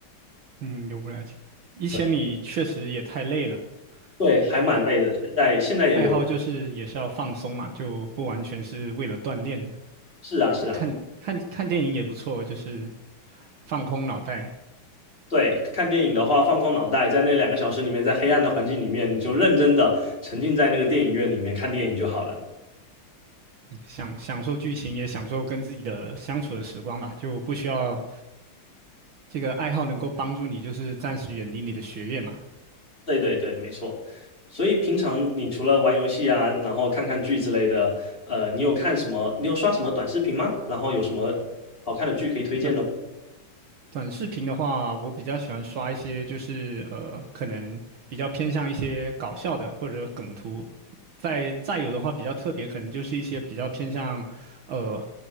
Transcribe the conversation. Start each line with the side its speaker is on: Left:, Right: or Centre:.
Right: 嗯，游不了解，一千米确实也太累了。
Left: 对对，还蛮累的，
Right: 是。
Left: 现在现在也游。
Right: 爱好就是也是要放松嘛，就不完全是为了锻炼。
Left: 是啊，是啊，
Right: 看看看电影也不错，就是放空脑袋，
Left: 对，看电影的话，放空脑袋，在那两个小时里面，在黑暗的环境里面，你就认真的沉浸在那个电影院里面看电影就好了。
Right: 享享受剧情，也享受跟自己的相处的时光吧。就不需要这个爱好能够帮助你，就是暂时远离你的学业嘛。
Left: 对对对，没错。所以平常你除了玩游戏啊，然后看看剧之类的，呃，你有看什么？你有刷什么短视频吗？然后有什么好看的剧可以推荐的吗
Right: 但短视频的话，我比较喜欢刷一些，就是呃，可能比较偏向一些搞笑的或者梗图。再再有的话，比较特别，可能就是一些比较偏向，呃，